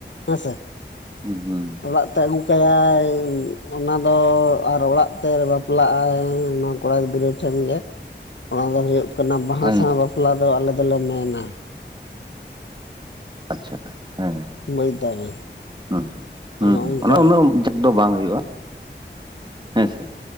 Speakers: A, on the left (about 75°); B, on the right (about 25°).
A: ᱦᱮᱸᱥᱮ
B: ᱦᱩᱸ ᱦᱩᱸ᱾
A: ᱚᱲᱟᱜ ᱛᱮ ᱟᱹᱜᱩ ᱠᱟᱭᱟᱭ, ᱚᱱᱟ ᱫᱚ ᱟᱨ ᱚᱲᱟᱜ ᱛᱮᱨ ᱵᱟᱯᱞᱟᱜ ᱟᱭ ᱠᱚᱲᱟ ᱜᱤᱫᱽᱨᱟᱹ ᱴᱷᱮᱱ ᱜᱮ ᱚᱱᱟ ᱫᱚ ᱦᱳᱭᱳᱜ ᱠᱟᱱᱟ ᱵᱟᱸᱦᱟᱸ
B: ᱦᱮᱸ
A: ᱥᱟᱶ ᱵᱟᱯᱞᱟ ᱫᱚ ᱟᱞᱮ ᱫᱚᱞᱮ ᱢᱮᱱᱟ᱾
B: ᱟᱪᱪᱷᱟ ᱦᱮᱸ
A: ᱵᱩᱡᱽ ᱫᱟᱵᱮᱱ
B: ᱦᱩᱸ ᱦᱩᱸ
A: ᱚᱱᱮ ᱚᱱᱠᱟ
B: ᱚᱱᱟ ᱩᱱᱟᱹᱜ ᱡᱟᱠ ᱫᱚ ᱵᱟᱝ ᱦᱳᱭᱳᱜᱼᱟ, ᱦᱮᱸᱥᱮ?